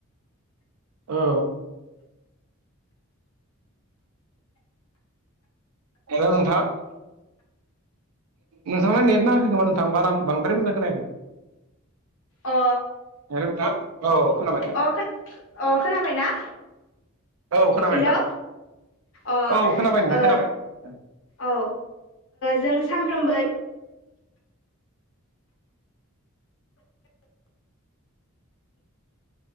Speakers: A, on the right; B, on the left.
A: औ हेलौ नोंथां नोंथांना नेना होै खोमा नोंथां बार बद्राय मजां खोनायाखै
B: अ
A: हेल' नोंथां औ खोनाबाय खोनाबाय,
B: अ अ खोनाबाय ना
A: औ खोनाबाय
B: हेलौ
A: नोंथां
B: अ
A: औ खोनाबाय नोंथां खोनाबाय
B: औ जों सानफ्रोमबो